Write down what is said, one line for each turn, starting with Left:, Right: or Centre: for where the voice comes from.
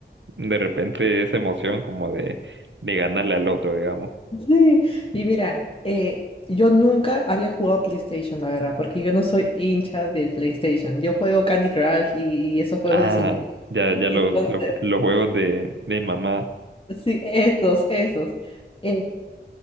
Right: de repente esa emoción como de, de ganarle al otro, digamos.
Left: Sí, y mira, eh, yo nunca había jugado PlayStation, la verdad, porque yo no soy hincha del PlayStation. Yo juego Candy Crush y, y esos juegos
Right: Ah,
Left: de señor.
Right: ya, ya los,
Left: Entonces,
Right: los, los juegos de, de mamá.
Left: sí, esos, esos. Eh,